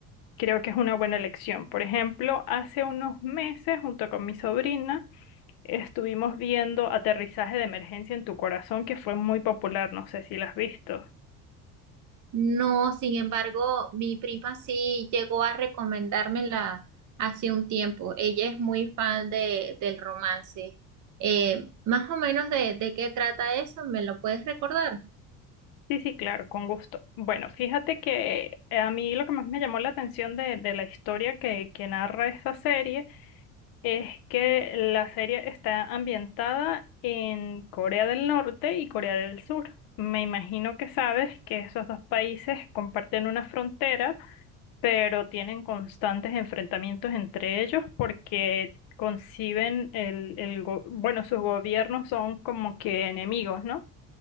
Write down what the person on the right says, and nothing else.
No, sin embargo, mi prima sí llegó a recomendármela hace un tiempo. Ella es muy fan de, del romance. Eh, más o menos de, de qué trata eso, ¿me lo puedes recordar?